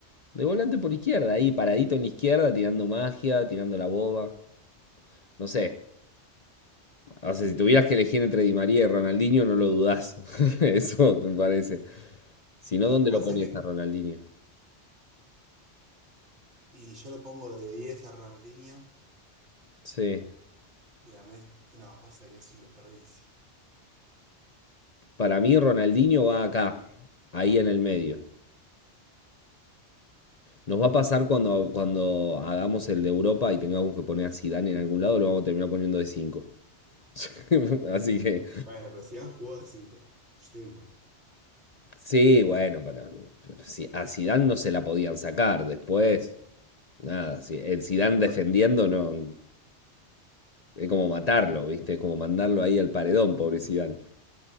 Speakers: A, on the left; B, on the right.
A: De volante por izquierda, ahí paradito en la izquierda, tirando magia, tirando la boba. No sé. O sea, si tuvieras que elegir entre Di María y Ronaldinho, no lo dudás. <laughs> Eso me parece. Si no,
B: Lo
A: ¿dónde
B: que pasa
A: lo ponías
B: es que.
A: a Ronaldinho?
B: Y yo lo pongo de 10 a Ronaldinho
A: Sí.
B: y a Messi. No, pasa que es un desperdicio.
A: Para mí Ronaldinho va acá, ahí en el medio. Nos va a pasar cuando, cuando hagamos el de Europa y tengamos que poner a Zidane en algún lado, lo vamos a terminar poniendo de 5. <laughs> Así que,
B: Bueno, pero Zidane jugó de 5 Mucho tiempo.
A: sí, bueno, pero, pero si a Zidane no se la podían sacar después. Nada, si, el Zidane
B: Bueno,
A: defendiendo no, es como matarlo, ¿viste? Es como mandarlo ahí al paredón, pobre Zidane.